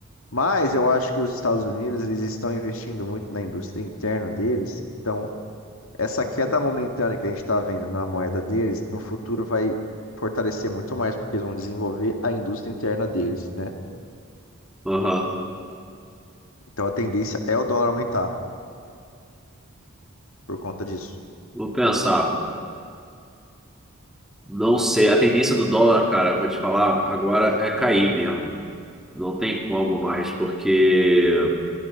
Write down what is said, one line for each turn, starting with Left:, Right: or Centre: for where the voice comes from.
Left: mas eu acho que os Estados Unidos eles estão investindo muito na indústria interna deles, então essa queda momentânea que a gente está vendo na moeda deles, no futuro vai fortalecer muito mais, porque eles vão desenvolver a indústria interna deles, né?
Centre: Aham.
Left: Então a tendência é o dólar aumentar por conta disso.
Centre: Vou pensar. Não sei, a tendência do dólar, cara, vou te falar, agora é cair mesmo. Não tem como mais, porque